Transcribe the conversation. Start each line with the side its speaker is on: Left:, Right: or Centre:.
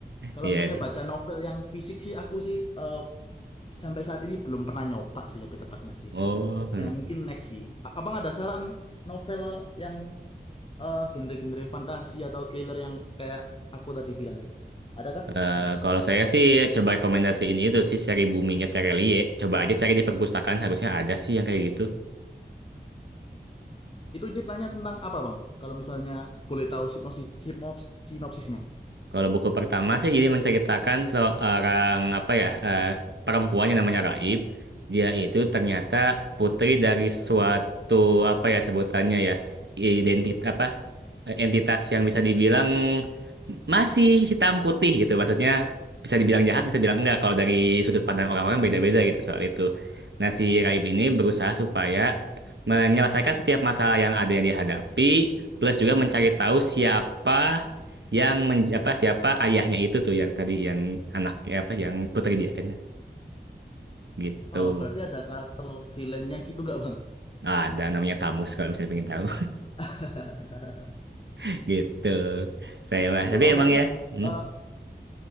Left: Kalau
Right: Iya
Left: misalnya
Right: sih.
Left: baca novel yang fisik sih, aku sih eh, sampai saat ini belum pernah nyoba sih lebih tepatnya sih.
Right: Oh,
Left: Yang mungkin next sih. A- Abang ada saran novel yang eh, genre-genre fantasi atau thriller yang kayak aku tadi bilang sih Bang? Adakah?
Right: Eh, kalau saya sih coba rekomendasiin itu sih seri boomingnya Terelie. Coba aja cari di perpustakaan harusnya ada sih yang kayak gitu.
Left: Itu ceritanya tentang apa Bang? Kalau misalnya boleh tahu sinopsis, sinops, sinopsisnya.
Right: Kalau buku pertama sih jadi menceritakan seorang apa ya eh, perempuan yang namanya Raib. Dia itu ternyata putri dari suatu apa ya sebutannya ya identit apa eh, entitas yang bisa dibilang masih hitam putih gitu. Maksudnya bisa dibilang jahat, bisa bilang enggak. Kalau dari sudut pandang orang-orang beda-beda gitu soal itu. Nah si Raib ini berusaha supaya menyelesaikan setiap masalah yang ada yang dihadapi, plus juga mencari tahu siapa yang men, apa siapa ayahnya itu tuh yang tadi yang anaknya apa yang putri dia kan gitu
Left: Oh, berarti ada karakter villainnya gitu nggak Bang?
Right: ada namanya Tamus kalau misalnya pengen tahu
Left: <laughs>
Right: <laughs> gitu saya mah
Left: Itu
Right: tapi
Left: abangnya
Right: emang ya hmm,
Left: eh,